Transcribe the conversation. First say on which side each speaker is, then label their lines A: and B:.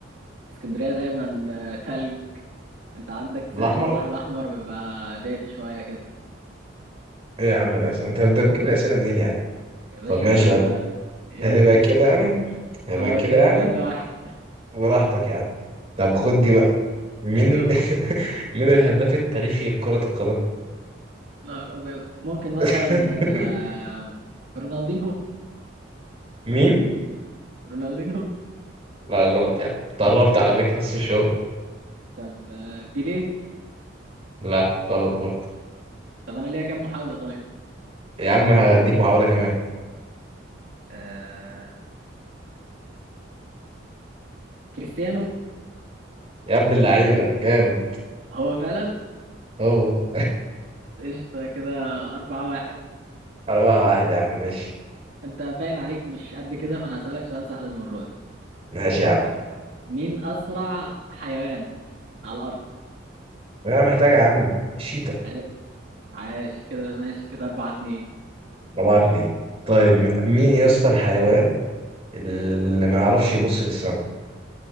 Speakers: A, on the right; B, on the right.
A: اسكندرية دايما آه، تلج انت عندك
B: الاحمر
A: ساحل البحر الاحمر بيبقى دافي شويه كده
B: ايه يا عم الاسئله انت ده بتجيب الاسئله منين يعني
A: يا باشا
B: طب ماشي يبقى
A: يلا
B: يبقى كده
A: اسأل
B: يعني يبقى
A: اه
B: كده
A: كده
B: يعني
A: ثلاثة واحد
B: براحتك يعني طب خد دي بقى مين
A: ايوه
B: ال- <laughs> مين الهداف التاريخي لكرة القدم
A: نهار ابيض ممكن مثلا
B: <laughs>
A: آه، رونالدينهو
B: مين
A: رونالدينهو
B: لا غلط يعني تقربت على فكرة بس مش هو
A: طب آه، بيليه
B: لا غلط برضه
A: طب انا ليا كام محاولة طيب
B: يا عم هديك محاولة كمان
A: آه... كريستيانو
B: يا ابن اللعيبة جامد
A: هو فعلا
B: هو
A: قشطة كده أربعة واحد
B: <laughs> أربعة واحد يا عم ماشي
A: أنت باين عليك مش قد كده فأنا هسألك سؤال سهل المرة دي
B: ماشي يا عم
A: مين أسرع حيوان على الأرض؟
B: أنا محتاجة يا عم الشيتا
A: أيوة عاش كده ماشي كده أربعة اتنين
B: أربعة اتنين طيب مين يا اسطى الحيوان اللي ما يعرفش يبص للسما